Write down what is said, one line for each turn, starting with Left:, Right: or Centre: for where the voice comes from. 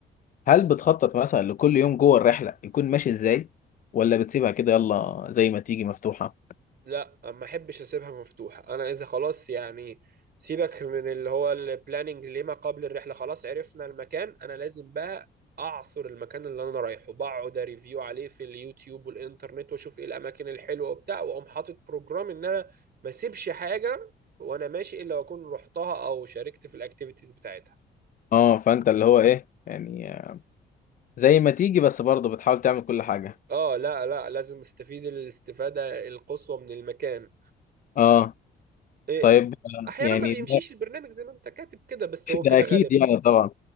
Left: هل بتخطط مثلا لكل يوم جوه الرحلة يكون ماشي ازاي ولا بتسيبها كده يلا زي ما تيجي مفتوحة
Right: لا ما احبش اسيبها مفتوحه انا اذا خلاص يعني سيبك من اللي هو البلاننج لما قبل الرحله خلاص عرفنا المكان انا لازم بقى اعصر المكان اللي انا رايحه بقعد ريفيو عليه في اليوتيوب والانترنت واشوف ايه الاماكن الحلوه وبتاع واقوم حاطط بروجرام ان انا ما اسيبش حاجه وانا ماشي الا واكون رحتها او شاركت في الاكتيفيتيز بتاعتها
Left: اه فانت اللي هو ايه يعني زي ما تيجي بس برضه بتحاول تعمل كل حاجة
Right: اه لا لا لازم استفيد الاستفاده القصوى من المكان
Left: اه
Right: إيه
Left: طيب آه،
Right: احيانا
Left: يعني
Right: ما بيمشيش
Left: ده,
Right: البرنامج زي ما انت كاتب كده بس
Left: <laughs>
Right: هو
Left: ده
Right: كده
Left: اكيد
Right: غالبا
Left: يعني طبعا